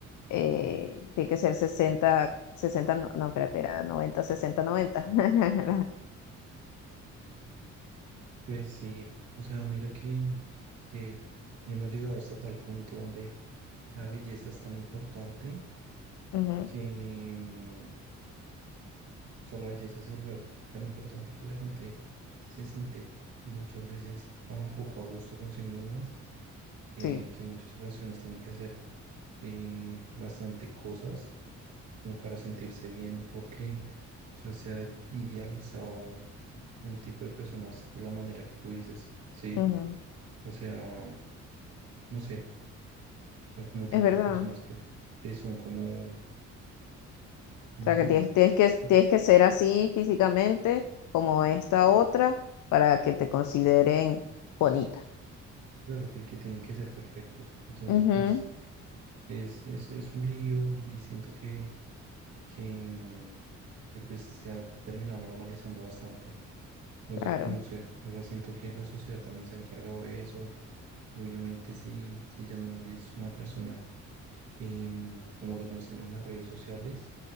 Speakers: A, on the left; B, on the right.
A: eh, tiene que ser 60 60 no, no, espérate, era noventa sesenta noventa <laughs>
B: Pues sí, o sea, mira que, que hemos llegado hasta tal punto donde la belleza es tan importante
A: Ujú,
B: que, mm, o sea, la belleza se vuelve algo tan importante que la gente se siente muchas veces tan poco a gusto con sí mismas que,
A: sí,
B: que en muchas ocasiones tienen que hacer eh, bastante cosas como para sentirse bien, porque o sea, se ha idealizado un, un tipo de personas de la manera que tú dices, ¿sí?
A: ujú,
B: O sea, no sé, o sea, como un tipo
A: Es verdad.
B: de personas que, que son como, ¿cómo
A: O sea,
B: decirlo?
A: que tienes, tienes que,
B: Pues,
A: tienes que ser así físicamente como esta otra para que te consideren bonita.
B: Claro que, que tienen que ser perfectos. Entonces,
A: Ujú,
B: pues, es, es, es un lío y siento que, que, mm, que pues se ha terminado normalizando bastante. Entonces,
A: claro.
B: pues no sé, o sea, siento que la sociedad también se ha encargado de eso. Obviamente, si, si ya no eres una persona em, como las muestran en las redes sociales,